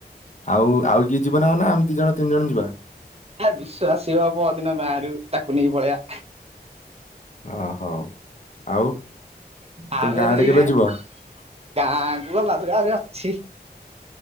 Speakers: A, on the left; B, on the right.
A: ଆଉ ଆଉ କିଏ ଯିବ ନା ନା ଆମେ ଦି ଜଣ ତିନି ଜଣ ଯିବା।
B: ଆ ବିଶ୍ ଆସୀ ହ ବଦିନ ଗାଁ ରରୁ ତାକୁ ନେଇକି ପଳେଇଆ।
A: ଓହୋ ଆଉ।
B: ଆଉ
A: ତମ ଗାଁ
B: <unintelligible>
A: ଆଡେ କେବେ ଯିବ?
B: ଗାଁ ଭଲ ଆ। ଛି।